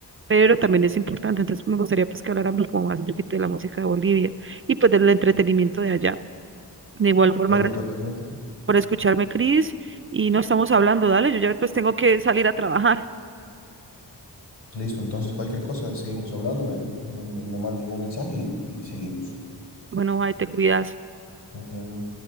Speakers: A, on the right; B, on the left.
A: pero también es importante. Entonces, me gustaría pues que habláramos como más un poquito de la música de Bolivia y pues del entretenimiento de allá. De igual forma,
B: Obvio,
A: gracias
B: totalmente.
A: por escucharme, Cris, y no estamos hablando, dale, yo ya pues tengo que salir a trabajar.
B: Listo, entonces cualquier cosa, seguimos hablando, me, me, me mandas algún mensaje y, y seguimos.
A: Bueno, ahí te cuidas.
B: Nos vemos.